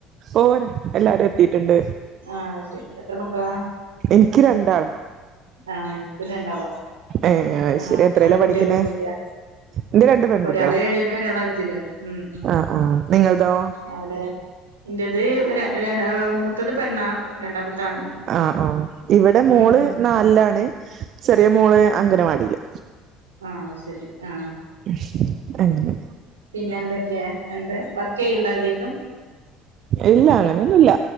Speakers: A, on the right; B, on the right.
A: ഓഹ് രൺ എല്ലാരും എത്തിട്ട് ഇണ്ട്.
B: ആഹ് അഹ് ശരി എത്ര മക്കളാ?
A: എനിക്ക് രണ്ടാൾ
B: ആഹ് ഇൻക്കും രണ്ട് ആളാ.
A: ഏഹ് അത്
B: ആഹ്
A: ശരി എത്രേലാ
B: ആൺകുട്ടിയാ
A: പഠിക്കുന്നെ
B: പെങ്കുട്ടിയാ
A: എന്റെ രണ്ട് പെൺകുട്ടികളാ
B: ഒരാൾ ഏഴിലും ഒരാൾ അഞ്ചിലും. ഉം ഉം
A: ആഹ് ആഹ് നിങ്ങൾതോ?
B: അവിടെ ഇന്റെത് ഒര് ഒര് മൂത്തത് പെണ്ണാ രണ്ടാമത്ത് ആണ്.
A: ആ ആ ഇവിടെ മോള്
B: ഉം
A: നാലിലാണ് ചെറിയ മോള് അംഗനവാടിയില്.
B: ആ അത് ശരി ആ
A: ശ് അങ്ങനെ
B: പിന്നെ എന്തൊക്കെയാ എന്താ വർക്ക് ചെയ്യ്ണ്ട എന്തെങ്കിലും.
A: ഇല്ല അങ്ങനെയൊന്നുല്ല